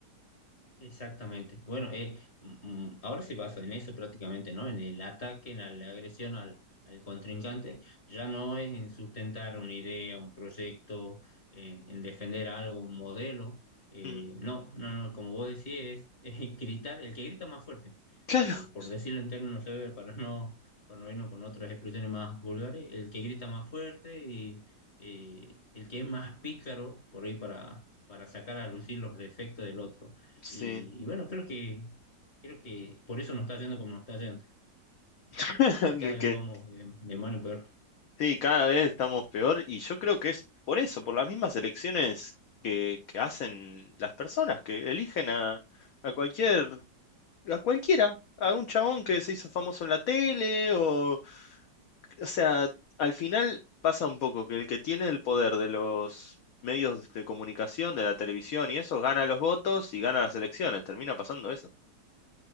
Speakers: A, on the left; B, on the left.
A: Exactamente. Bueno, eh, mm, mm, ahora se basa en eso prácticamente, ¿no? En el ataque, en la, la agresión al, al contrincante. Ya no es en sustentar una idea, un proyecto, en, en defender algo, un modelo. Eh,
B: Mm,
A: no, no, no, como vos decís, es, <laughs> es gritar, el que grita más fuerte,
B: Claro,
A: por, por decirlo en términos severos, para no, para no irnos con otras expresiones más vulgares, el que grita más fuerte y eh, el que es más pícaro, por ahí para, para sacar a lucir los defectos del otro.
B: sí.
A: Y, y bueno, creo que, creo que por eso nos está yendo como nos está yendo.
B: <laughs>
A: Cada
B: De Que,
A: vez vamos de, de mal en peor.
B: sí, cada vez estamos peor y yo creo que es por eso, por las mismas elecciones que, que hacen las personas, que eligen a, a cualquier a cualquiera, a un chabón que se hizo famoso en la tele o, o sea, al final pasa un poco que el que tiene el poder de los medios de comunicación, de la televisión y eso, gana los votos y gana las elecciones, termina pasando eso.